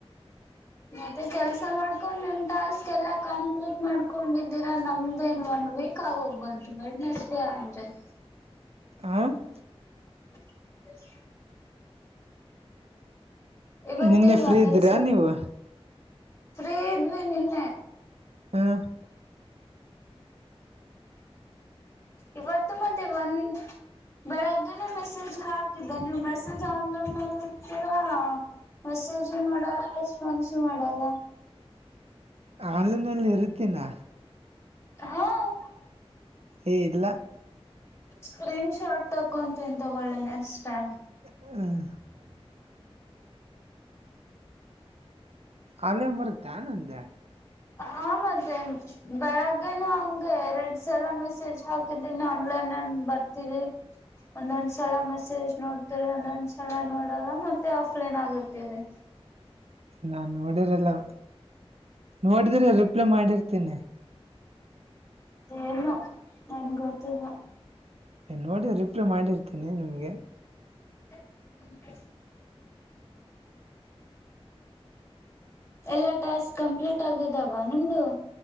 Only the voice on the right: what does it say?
ಹಾಂ <inaudible>
ನಿನ್ನೆ
ಫ್ರೀ
ಇದ್ದೀರಾ ನೀವು
ಹ <inaudible>
ಆನ್ಲೈನ್ಲ್ಲಿ ಇರುತೀನಾ
ಏ ಇಲ್ಲ
ಹ ಅಲೇ ಮರತನೆ ಅಂದ
ನಾನ್ ನೋಡಿರಲ್ಲ ನೋಡಿದ್ರ ರಿಪ್ಲೈ ಮಾಡಿರ್ತೀನಿ
ಏ ನೋಡಿ ರಿಪ್ಲೈ ಮಾಡಿರ್ತೀನಿ ನಿಮ್ಗೆ